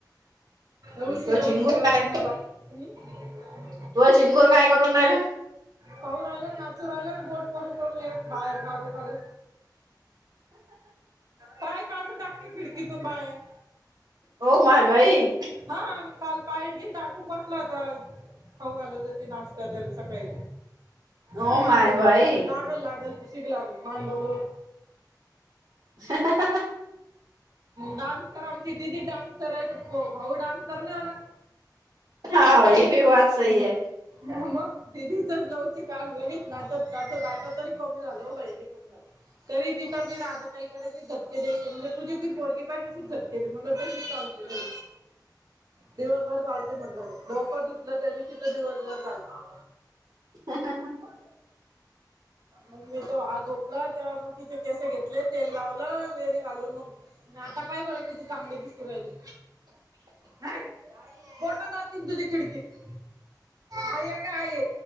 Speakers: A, on the right (about 55°); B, on the right (about 75°).
A: उशिरा
B: तो झिंगूर
A: उशिरा
B: काय
A: लग्न लागतं हो हम्म
B: <inaudible> राहिला
A: पाऊ राहिला नाचू राहिला ना. बोट करू करू एक बाहेर काढू काढू- पाय काढून टाकते खिडकीतून बाहेर.
B: हो माय बाई
A: हा मग काल पाय घी टाकून बसला आता खाऊ घालवत ते नाश्ता तरर सकाळी
B: ओ
A: ते मांडोलोर
B: माय भाई
A: लागल लागल त ग लागल मांडोल
B: हा हा
A: डान्सर आमची दिदी डान्सर आहेत. भाऊ डान्सरनेव ना
B: हा ए भी बा त सही आहे.
A: मग दिदीचच लवची काढ लगेच ना त्याच दात तरी कमी झालं हो बहि तरी तिथं बी राधा ताकडेी झटके दयचेे म्हणे पूजे ती पोरगी बाग कशी झक म्हणलं तशीच चालते र दिवसभर चालते म्हटलं. डोक धुतलं तरी तिथं दिवसभर चालत.
B: ह ह ह
A: मग मी तो ह झोपला तेव्हा मग तिचे केसे घेतले तेल लावलं वेनी घालून मग. पाय बर किती चांगले दिसु राहिले.
B: ह
A: ह पोटा जातील तुझी खिडकीत आई काय आहे